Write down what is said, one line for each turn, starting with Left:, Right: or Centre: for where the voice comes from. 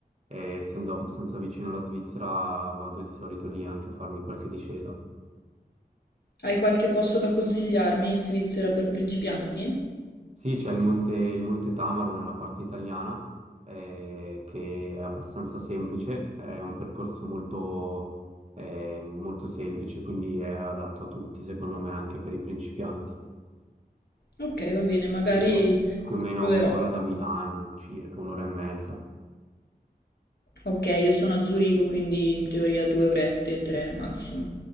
Right: E essendo abbastanza vicino alla Svizzera, vado di solito lì anche a farmi qualche discesa.
Left: Hai qualche posto da consigliarmi in Svizzera per principianti?
Right: Sì, c'è il monte, il Monte Tamaro nella parte italiana, eh, che è abbastanza semplice, è un percorso molto, eh, molto semplice, quindi è adatto a tutti, secondo me, anche per i principianti.
Left: Ok, va bene, magari
Right: ed è più o meno
Left: proverò.
Right: a un'ora da Milano, circa un'ora e mezza.
Left: Ok, io sono a Zurigo, quindi in teoria due orette, tre massimo.